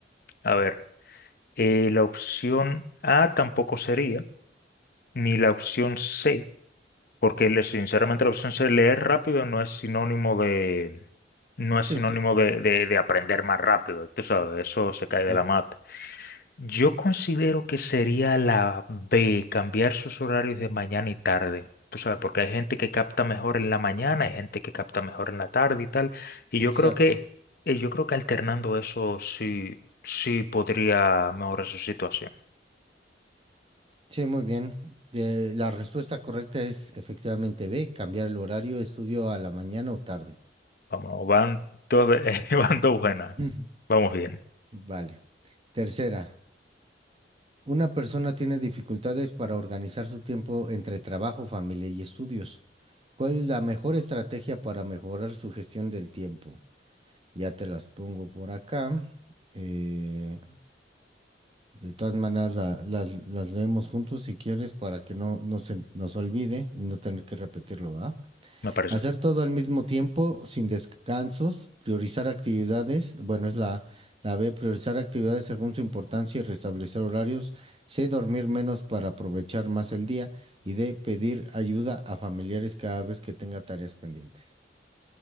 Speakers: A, on the left; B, on the right.
A: a ver, eh, la opción A tampoco sería, ni la opción C, porque le- sinceramente la opción C, leer rápido, no es sinónimo de, no es
B: Sí,
A: sinónimo
B: cl-
A: de, de- de aprender más rápido, tú sabes, eso se cae de
B: cla-
A: la mata. Yo considero que sería la B, cambiar sus horarios de mañana y tarde. Tú sabes, porque hay gente que capta mejor en la mañana, hay gente que capta mejor en la tarde y tal. Y
B: Exacto.
A: yo creo que, eh, yo creo que alternando eso sí, sí podría mejorar su situación.
B: Sí, muy bien. Eh, la respuesta correcta es efectivamente B. Cambiar el horario de estudio a la mañana o tarde.
A: Vamos, van dos, ve- <laughs> van dos buenas.
B: Ujú.
A: Vamos bien,
B: Vale. Tercera. Una persona tiene dificultades para organizar su tiempo entre trabajo, familia y estudios. ¿Cuál es la mejor estrategia para mejorar su gestión del tiempo? Ya te las pongo por acá. Eh, de todas maneras, la- las, las leemos juntos si quieres para que no, no se nos olvide y no tener que repetirlo, ¿va?
A: me parece.
B: Hacer todo al mismo tiempo, sin descansos, priorizar actividades, bueno, es la, la B, priorizar actividades según su importancia y restablecer horarios, C, dormir menos para aprovechar más el día y D, pedir ayuda a familiares cada vez que tenga tareas pendientes.